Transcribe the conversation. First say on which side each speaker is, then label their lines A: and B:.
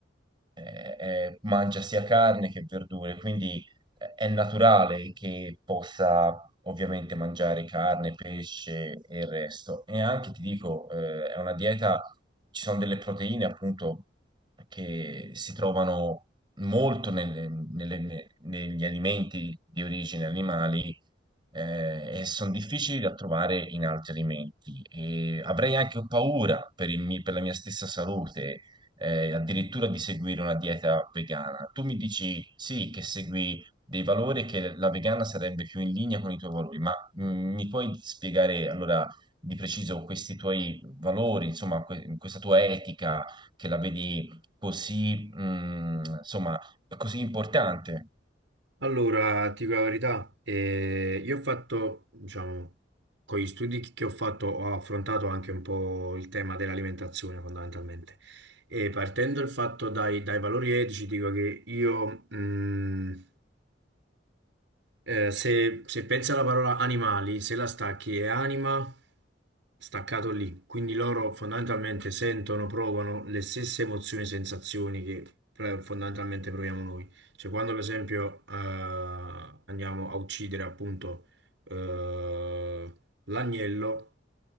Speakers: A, on the right; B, on the right.
A: eh, eh, mangia sia carne che verdure, quindi eh, è naturale che possa ovviamente mangiare carne, pesce e il resto. E anche ti dico, eh, è una dieta, ci sono delle proteine appunto che si trovano molto nelle- nelle- negli alimenti di origine animali. eh, e sono difficili da trovare in altri alimenti e avrei anche paura per il mi- per la mia stessa salute eh, addirittura di seguire una dieta vegana. Tu mi dici sì, che segui dei valori che la vegana sarebbe più in linea con i tuoi valori, ma mh, mi puoi spiegare allora di preciso questi tuoi valori, insomma, que- questa tua etica che la vedi così, mh, insomma, così importante?
B: Allora, ti dico la verità, eh, io ho fatto, diciamo, con gli studi che ho fatto, ho affrontato anche un po' il tema dell'alimentazione fondamentalmente. E partendo il fatto dai, dai valori etici, dico che io, mh, eh, se, se pensi alla parola animali, se la stacchi è anima, staccato lì. Quindi loro fondamentalmente sentono, provano le stesse emozioni e sensazioni che eh, fondamentalmente proviamo noi. Cioè quando per esempio eh, andiamo a uccidere appunto eh, l'agnello,